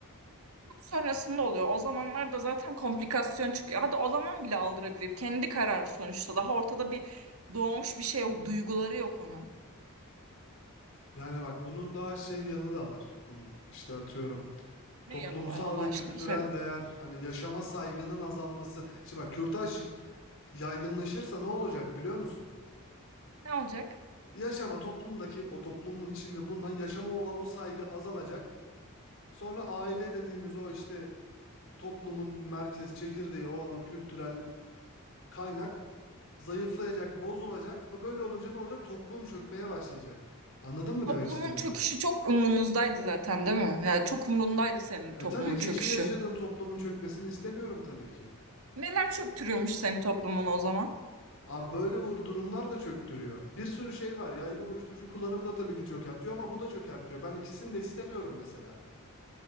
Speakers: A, on the right; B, on the left.
A: sonrasında oluyor. O zamanlar da zaten komplikasyon çıkıyor. Hadi o zaman bile aldırabilir. Kendi kararı sonuçta. Daha ortada bir doğmuş bir şey yok. Duyguları yok onun.
B: Yani bak bunun daha şey yanı da var bunun. İşte atıyorum.
A: Ne
B: Toplumsal
A: yanı var Allah
B: ve
A: aşkına
B: kültürel
A: söyle.
B: değer, hani yaşama saygının azalması. Şimdi bak kürtaj yaygınlaşırsa ne olacak biliyor musun?
A: Ne olacak?
B: Yaşama toplumdaki o toplumun içinde bulunan yaşama olan o saygı azalacak. Sonra aile dediğimiz o işte toplumun merkez çekirdeği olan o kültürel kaynak zayıflayacak, bozulacak. O böyle olunca ne olacak? Toplum çökmeye başlayacak. Anladın mı demek
A: Toplumun
B: istediğimi?
A: çöküşü çok umrunuzdaydı zaten değil mi? Yani çok umrundaydı senin
B: E
A: toplumun
B: tabii ki
A: çöküşü.
B: içinde yaşadığım toplumun çökmesini istemiyorum tabii ki.
A: Neler çöktürüyormuş senin toplumun o zaman?
B: Abi böyle uğur durumlar da çöktürüyor. Bir sürü şey var. Yaygın uyuşturucu kullanımı da tabii ki çökertiyor ama bu da çökertiyor. Ben ikisini de istemiyorum mesela.